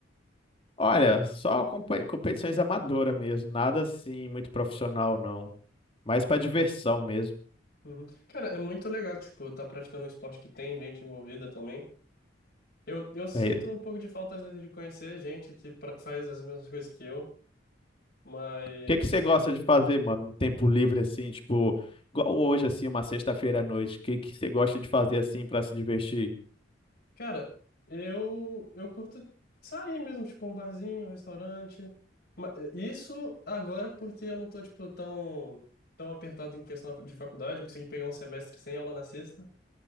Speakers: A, on the left; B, on the left.
A: Olha, só compe- competições amadoras mesmo, nada assim muito profissional não, mais pra diversão mesmo.
B: Uhum. Cara, é muito legal, tipo, tá praticando um esporte que tem gente envolvida também. Eu, eu sinto
A: É. O
B: um pouco de falta, às vezes, de conhecer gente que pra- faz as mesmas coisas que eu, mas...
A: que que você gosta de fazer, mano, no tempo livre assim, tipo, igual hoje assim, uma sexta-feira à noite, o que que você gosta de fazer assim pra se divertir?
B: Cara, eu eu curto sair mesmo, tipo, um barzinho, um restaurante. Ma- Isso agora porque eu não tô, tipo, tão, tão apertado em questão de faculdade, eu consegui pegar um semestre sem aula na sexta.